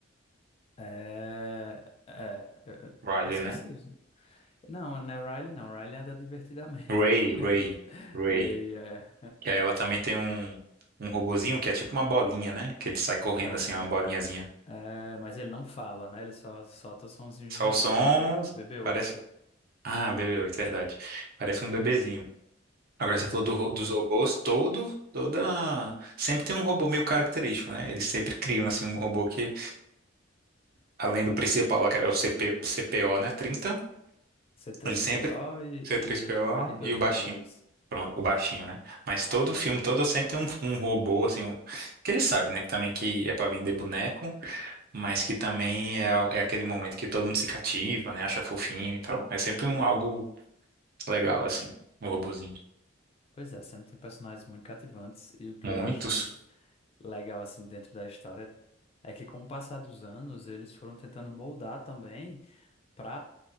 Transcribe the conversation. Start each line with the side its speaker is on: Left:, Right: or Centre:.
Left: É, é, eu, eu-
Right: Riley,
Left: eu esqueci
Right: né?
Left: isso. Não, não é Riley, não. Riley anda divertidamente.
Right: Ray,
Left: <laughs>
Right: Ray, Ray.
Left: Ray é,
Right: Que aí ela também tem um, um robozinho que é tipo uma bolinha, né? Que ele sai correndo
Left: é, o-
Right: assim, uma bolinhazinha.
Left: é, mas ele não fala, né? Ele só solta sonzinhos
Right: Só
Left: de robô,
Right: o som,
Left: o BB, BB8.
Right: parece... Ah, BB-8, verdade. Parece um bebezinho. Agora você falou do ro- dos robôs, todo, toda. Sempre tem um robô meio característico, né? Eles sempre criam, assim, um robô que, além do principal, lá que era o CP, CPO, né? trinta
Left: C3PO
Right: ele sempre,
Left: e,
Right: c
Left: e
Right: três P
Left: o
Right: O
Left: r dois
Right: e o baixinho.
Left: d dois.
Right: Pronto, o baixinho, né? Mas todo
Left: É.
Right: filme, todo sempre tem um, um robô, assim, um- que ele sabe, né? Que também que é pra vender boneco, mas que também é, é aquele momento que todo mundo se cativa, né? Acha fofinho e tal. É sempre um algo legal, assim, um robozinho.
Left: Pois é, sempre tem personagens muito cativantes e o que
Right: Muitos.
Left: eu achei legal assim dentro da história é que com o passar dos anos eles foram tentando moldar também para